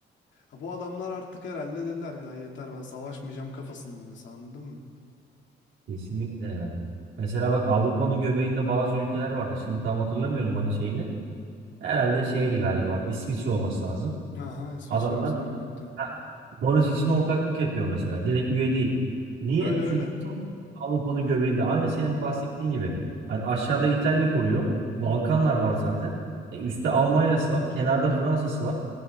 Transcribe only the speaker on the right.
Kesinlikle yani. Mesela bak Avrupa'nın göbeğinde bazı ülkeler vardı. Şimdi tam hatırlamıyorum hani şeyini. Herhalde şeydi galiba İsviçre olması lazım.
Adamlar
ha, barış için ortaklık yapıyor mesela. Direkt üye değil. Niye?
Çünkü
tam Avrupa'nın göbeğinde. Aynı senin bahsettiğin gibi. Hani aşağıda İtalya koruyor. Balkanlar var zaten. E, üstte Almanya'sı var. Kenarda Fransa'sı var.